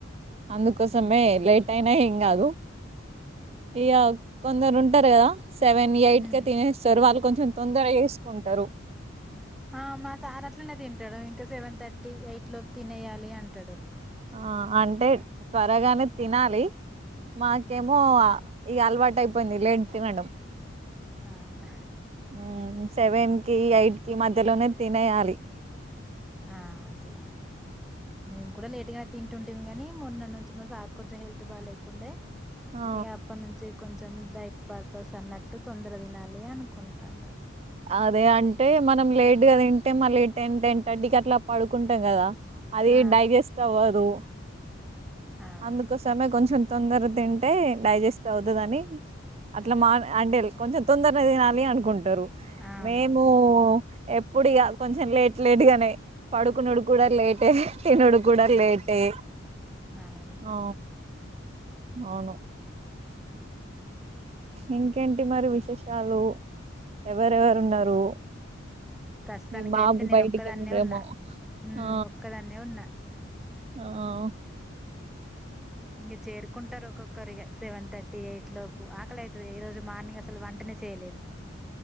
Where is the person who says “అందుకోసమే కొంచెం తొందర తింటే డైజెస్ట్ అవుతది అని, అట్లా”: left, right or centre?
Right